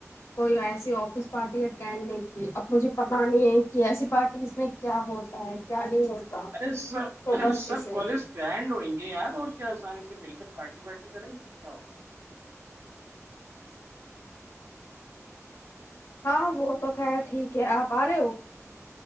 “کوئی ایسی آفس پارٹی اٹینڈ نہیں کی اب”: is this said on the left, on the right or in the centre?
Left